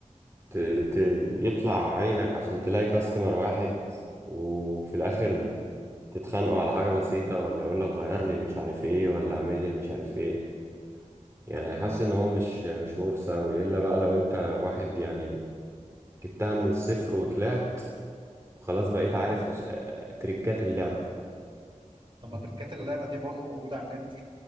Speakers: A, on the right; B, on the right.
A: ت... ت... يطلع عينك عشان تلاقي كاستمر واحد وفي الاخر تتخانقوا على حاجة بسيطة ولا يقول لك غير لي المش عارف ايه ولا اعمل لي المش عارف ايه يعني
B: انا
A: حاسس ان هو مش مش ورثة قوي الا بقى لو انت واحد يعني جبتها من الصفر وطلعت وخلاص بقيت عارف أس... تريكات اللعبة
B: لما تركات اللعبه دي برضو موجوده على النت